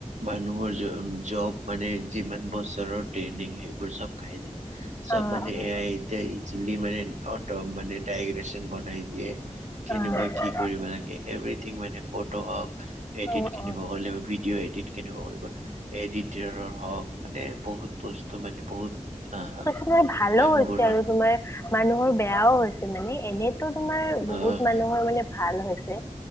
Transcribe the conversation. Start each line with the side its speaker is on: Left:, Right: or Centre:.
Right: মানুহৰ জ জব মানে যিমান বছৰৰ ট্ৰেইনিং সেইবোৰ চব খাই দিল। চব
Left: অ অ
Right: মানে এ আই এতিয়া ই- চিলি মানে অটো মানে ডাইগ্ৰেচন বনাই দিয়ে, কেনেকুৱা
Left: অ
Right: কি? কৰিব লাগে এভ্ৰিথিং মানে, ফটো হওক এডিটখিনি
Left: অ অ
Right: হলেও ভি- ভিডিঅ' এডিটখিনি‌ কৰিব, এডিটিংয়ে হওক মানে বহুত বস্তু মানে বহুত- আহ
Left: কিছুমান ভালো
Right: মানুহবোৰৰ
Left: হৈছে আৰু তোমাৰ। মানুহৰ বেয়াও হৈছে মানে, এনেইতো তোমাৰ বহুত
Right: আহ
Left: মানুহৰ মানে ভাল হৈছে।